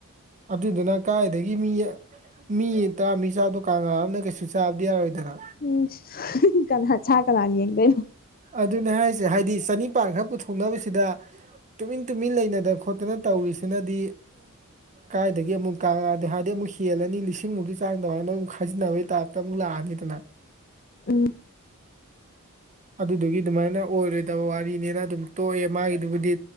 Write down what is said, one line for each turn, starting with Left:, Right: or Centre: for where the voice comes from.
Right: ꯑꯗꯨꯗꯨꯅ ꯀꯗꯥꯥꯏꯗꯒꯤ ꯃꯤ ꯃꯤ ꯇꯔꯥ ꯃꯤ ꯆꯥꯗꯣ ꯀꯥꯡꯥ ꯑꯝꯅ ꯀꯩꯁꯨ ꯆꯥꯕꯗꯤ ꯌꯥꯔꯣꯏꯗꯅ
Left: ꯎꯝ ꯀꯅꯥ ꯀꯅꯤ ꯌꯦꯗ
Right: ꯑꯗꯨꯅꯦ ꯍꯥꯏꯁꯦ ꯍꯥꯏꯗꯤ ꯆꯅꯤꯄꯥꯟ ꯈꯔ ꯄꯨꯊꯣꯛꯅꯕꯁꯤꯗ ꯇꯨꯃꯤꯟ ꯇꯨꯃꯤꯟ ꯂꯩꯅꯗꯅ ꯈꯣꯠꯇꯅ ꯇꯧꯔꯤꯁꯤꯅꯗꯤ ꯀꯥꯏꯗꯒꯤ ꯑꯃꯨꯛ ꯀꯪꯉꯛꯑꯗꯣ ꯍꯥꯏꯕꯗꯤ ꯑꯃꯨꯛ ꯍꯦꯜꯂꯅꯤ ꯂꯤꯁꯤꯡꯃꯨꯛꯀꯤ ꯆꯥꯡꯗꯧ ꯍꯥꯏꯅ ꯑꯃꯨꯛ ꯈꯖꯤꯟꯅꯕꯒꯤ ꯇꯥꯏꯞꯇ ꯑꯃꯨꯛ ꯂꯥꯛꯑꯅꯤꯗꯅ
Left: ꯎꯝ
Right: ꯑꯗꯨꯗꯨꯒꯤ ꯑꯗꯨꯃꯥꯏꯅ ꯑꯣꯏꯔꯣꯏꯗꯕ ꯋꯥꯔꯤꯅꯤꯅ ꯑꯗꯨꯝ ꯇꯣꯛꯑꯦ ꯃꯥꯒꯤꯗꯨꯕꯨꯗꯤ